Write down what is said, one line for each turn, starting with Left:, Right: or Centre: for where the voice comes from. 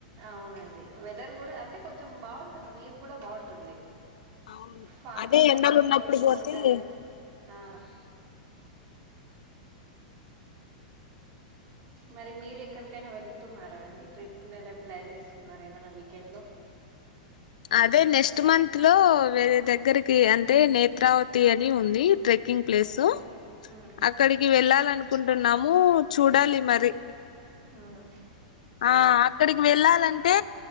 Right: అవునండి వెదర్ కూడా అంటే కొంచెం బాగుంటుంది వ్యూవ్ కూడా బాగుంటుంది
Left: అవును
Right: ఫాగ్
Left: అదే
Right: అంతా
Left: ఎండలు
Right: కమ్ముకొని
Left: ఉన్నప్పుడు పోతే
Right: కొండలు
Left: ఉమ్
Right: ఆ మరి మీరు ఎక్కడికైనా వెళ్తున్నారా అండి ట్రిప్ లో ఎలా ప్లాన్ చేసుకున్నారా ఏమన్నా వీకెండ్ లో
Left: అదే నెక్స్ట్ మంత్ లో వేరే దగ్గరికి అంటే నేత్రావతి అని ఉంది ట్రెకింగ్ ప్లేసు
Right: ఉమ్, ఉమ్,
Left: అక్కడికి వెళ్ళాలనుకుంటున్నాము చూడాలి మరి
Right: ఉమ్.
Left: ఆ అక్కడికి వెళ్ళాలంటే